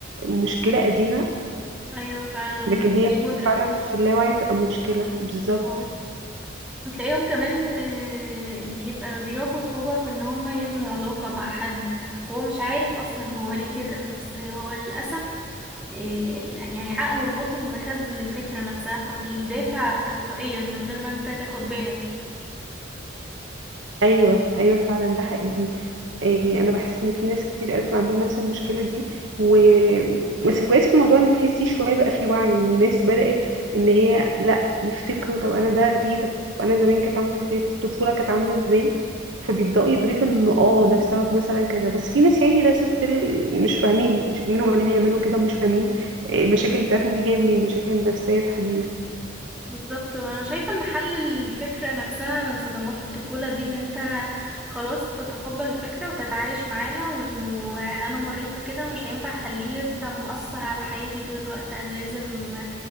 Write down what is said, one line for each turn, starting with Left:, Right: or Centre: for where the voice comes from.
Right: مشكلة قديمة
Centre: أيوة فعلا هو
Right: لكن
Centre: مبيبقاش
Right: هي
Centre: مدرك
Right: فعلا
Centre: أساسا
Right: في اللاوعي بتبقى مشكلة بالظبط
Centre: اه وتلاقيهم كمان آه، بيبقى بيواجهوا صعوبة في ان هما يبنوا علاقة مع حد وهو مش عارف اصلا هو ليه كده بس هو للأسف آه، ال- يعني عقله الباطن مخزن الفكرة نفسها فبيدافع تلقائيا من غير ما انت تاخد بالك
Right: ايوه ايوه فعلا ده حقيقي إيه انا بحس ان في ناس كتير قوي بتبقى عندهم نفس المشكله دي و بس الكويس في الموضوع ان تحسي شويه بقى في وعي الناس بدات ان هي لا يفتكروا طب انا ده ليه طب انا زمان كانت عامله ازاي طب الطفوله كانت عامله ازاي فبيبداوا يدركوا ان اه ده بسبب مثلا كذا بس في ناس يعني لسه ستيل مش فاهمين مش فاهمين هما ليه بيعملوا كده ومش فاهمين إيه المشاكل بتاعتهم دي جايه منين المشاكل النفسيه تحديدا
Centre: بالظبط وانا شايفة ان حل الفكرة نفسها من صدمات الطفولة دي ان انت خلاص تتقبل الفكرة وتتعايش معاها وانه انا مريت بكده ومش هينفع اخليه يبقى مؤثر على حياتي طول الوقت انا لازم